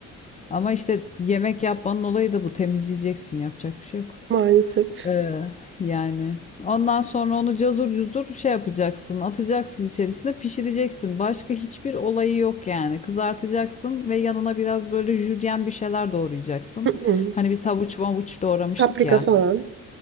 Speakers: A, on the left (about 25°); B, on the right (about 45°).
A: Ama işte yemek yapmanın olayı da bu. Temizleyeceksin. Yapacak bir şey yok.
B: Maalesef.
A: Ee, yani ondan sonra onu cazur cuzur şey yapacaksın, atacaksın içerisine pişireceksin. Başka hiçbir olayı yok yani. Kızartacaksın ve yanına biraz böyle jülyen bir şeyler doğrayacaksın.
B: Hı hı.
A: Hani biz havuç mavuç doğramıştık
B: Paprika
A: ya.
B: falan.